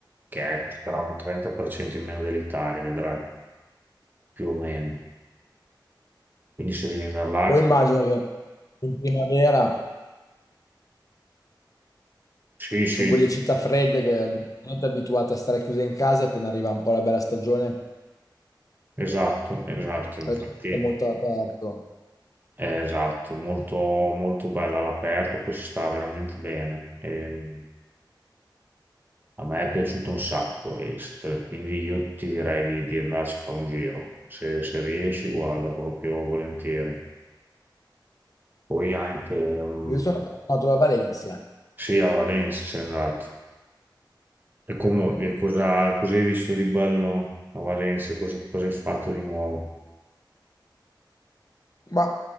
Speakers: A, on the right (about 25°); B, on the left (about 45°).
A: che è, costerà un 30% in meno dell'Italia, vedrai, più o meno. Quindi se devi andare là...
B: Poi immagino che in primavera
A: Sì, sì,
B: sono quelle città fredde che non è abituate a stare chiuse in casa e appena arriva un po' la bella stagione
A: esatto, esatto, infatti...
B: la gente è molto aperto.
A: Eh, Esatto, molto, molto bella all'aperto, poi si sta veramente bene. Ehm, a me è piaciuto un sacco, e se te- quindi io ti direi di, di andarci a fare un giro. Se, se riesci, guarda, proprio volentieri. Poi anche, mm,
B: Io sono tornato da Valencia,
A: sì, a Valencia sei andato. E, come, e cosa, cosa hai visto di bello a Valencia? Cosa, cosa hai fatto di nuovo?
B: ma